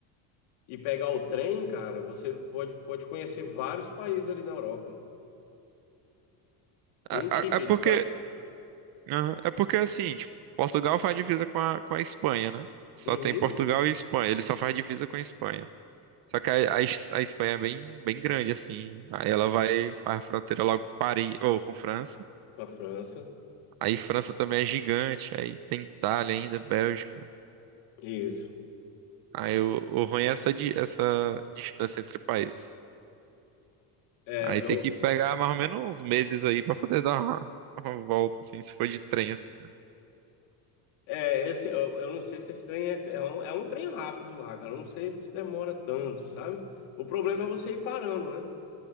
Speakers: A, on the left; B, on the right.
A: e pegar o trem, cara, você pode, pode conhecer vários países ali na Europa. Com
B: É,
A: um ticket,
B: é- é porque,
A: sabe?
B: aham, é porque assim, tipo, Portugal faz divisa com a, com a Espanha, né? Só
A: Uhum.
B: tem Portugal e Espanha, ele só faz divisa com a Espanha. Só que a, a, Es- a Espanha é bem, bem grande, assim. Aí ela vai, faz fronteira logo com Paris, ou com França.
A: Com a França.
B: Aí França também é gigante, aí tem Itália ainda, Bélgica.
A: Isso.
B: Aí o, o ruim é essa, di- essa distância entre países.
A: É,
B: Aí
A: eu,
B: tem que pegar mais ou menos uns meses aí pra poder dar uma, uma volta, assim, se for de trem, assim.
A: é esse, eu, eu não sei se esse trem é, é um, é um trem rápido lá, cara. Eu não sei se demora tanto, sabe? O problema é você ir parando, né?